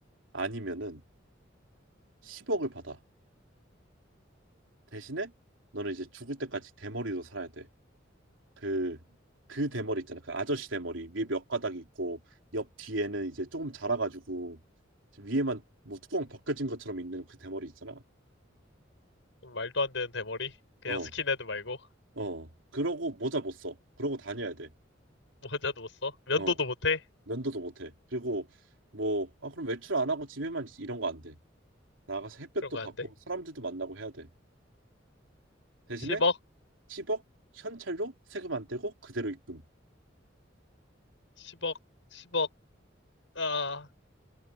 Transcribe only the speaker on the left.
좀 말도 안 되는 대머리? 그냥
스킨헤드 말고
<laughs> 모자도 못 써? 면도도
못 해?
그런 거
안 돼?
10억?
10억? 10억? 아,